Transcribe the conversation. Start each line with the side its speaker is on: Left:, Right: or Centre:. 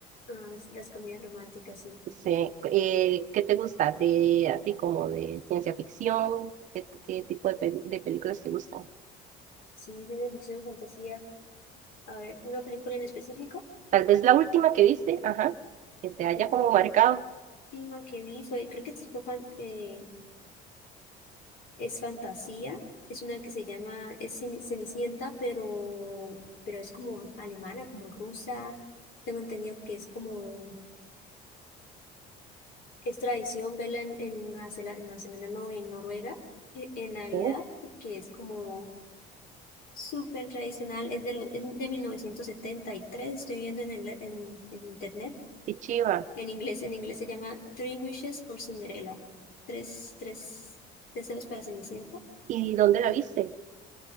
Left: Ah, s- las comedias románticas, sí.
Right: Sí. Eh, ¿qué te gusta? De, así como de ciencia ficción, ¿qué, qué tipo de, pel- de películas te gustan?
Left: Sí, ciencia ficción, fantasía. A ver, una película en específico.
Right: Tal vez la última que viste, ajá, que te haya
Left: La
Right: como marcado.
Left: última que vi fue, creo que sí fue fan- eh, es fantasía. Es una que se llama, es Cen- Cenicienta, pero, pero es como alemana, como rusa. Tengo entendido que es como Es tradición verla en, en Nueva Zelanda, en Nueva Zelanda, no, en Noruega, e- en, Navidad,
Right: Oh,
Left: que es como súper tradicional. Es de, lo, en- de 1973 estoy viendo en, el, en, en internet.
Right: qué chiva.
Left: En inglés, en inglés se llama Three Wishes for Cinderella. Tres, tres deseos para Cenicienta.
Right: ¿Y dónde la viste?